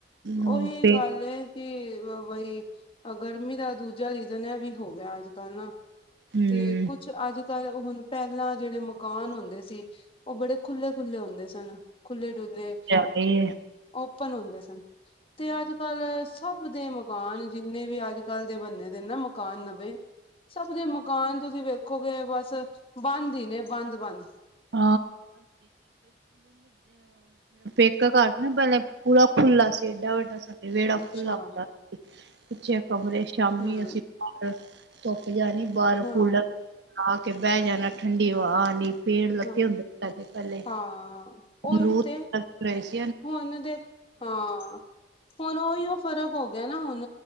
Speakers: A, on the left; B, on the right.
A: ਉਹੀ
B: ਹੁਣ ਤੇ
A: ਗੱਲ ਏ । ਕੀ ਬਈ ਗਰਮੀ ਦਾ ਦੂਜਾ ਰੀਜਨ ਹੈ ਵੀ ਹੋ ਗਿਆ ਅੱਜ ਕੱਲ ਨਾ ।
B: ਹੂੰ
A: ਤੇ ਕੁੱਝ ਅੱਜ । ਪਰ ਹੁਣ ਪਹਿਲਾਂ ਜਿਹੜੇ ਮਕਾਨ ਹੁੰਦੇ ਸੀ । ਉਹ ਬੜੇ ਖੁੱਲ੍ਹੇ-ਖੁੱਲ੍ਹੇ ਹੁੰਦੇ ਸਨ । ਖੁੱਲ੍ਹੇ ਡੁੱਲ੍ਹੇ ।
B: ਚ ਰਹੀ ਹੈ ।
A: ਓਪਨ ਹੁੰਦੇ ਸਨ ਤੇ ਅੱਜ ਕੱਲ । ਸਭ ਦੇ ਮਕਾਨ ਜਿੰਨੇ ਵੀ ਅੱਜ ਕੱਲ ਦੇ ਬਣ ਦੇ ਨਾ ਮਕਾਨ ਨਵੇਂ । ਸਭ ਦੇ ਮਕਾਨ ਤੁਸੀਂ ਵੇਖੋਗੇ ਬਸ ਬੰਦ ਹੀ ਨੇ ਬੰਦ ਬੰਦ ।
B: <inaudible> ਇੱਕ ਘਰ ਨਾ ਪਹਿਲੇ ਪੂਰਾ ਖੁੱਲਾ ਸੀ ਏਡਾ ਵੱਡਾ । ਵਿਹੜਾ ਖੁੱਲ੍ਹਾ
A: ਅੱਛਾ
B: ਹੁੰਦਾ ਸੀ । ਪਿੱਛੇ ਕਮਰੇ ਸ਼ਾਮੀ
A: ਹਮ
B: ਅਸੀਂ ਬਾਹਰ ਧੁੱਪ । ਜਾਣੀ ਬਾਹਰ
A: ਹਾਂ
B: ਕੂਲਰ ਲਾ ਕੇ ਬਹਿ ਜਾਣਾ । ਠੰਡੀ ਹਵਾ ਆਣੀ । ਪੇੜ ਲੱਗੇ
A: ਹਾਂ
B: ਹੁੰਦੇ ਸੀ ਸਾਡੇ ਪਹਿਲੇ
A: ਹਾਂ
B: ਅਮਰੂਦ
A: ਉਹੀ ਤੇ
B: ਲੱਗ ਰਹੇ ਸੀ ।
A: ਹੁਣ ਦੇ ਹਾਂ ਹੁਣ ਉਹੀ ਫ਼ਰਕ ਹੋ ਗਿਆ ਨਾ ਹੁਣ।